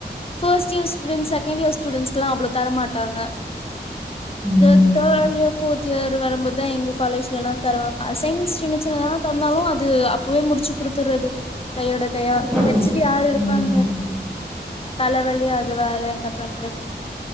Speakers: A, on the left; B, in the centre.
A: first year students second year ஸ்டூடெண்ட்ஸ்க்லா அவ்ளோ தரமாட்டாங்க
B: ம்
A: அது அதுதா <unintelligible> ஃபோர்த் இயர் வரும்போதுதா எங்ளு காலேஜ்லலா தருவாங்க அசைன்ஸ் சின்ன சின்னதா தந்தாலு அத அப்பவே முடிச்சு குடுத்துட்றது கையோட கையா
B: சரி
A: வெச்சுட்டு யார் இருப்பாங்க
B: ம்
A: தலவலி அது வேற என்ன பண்றது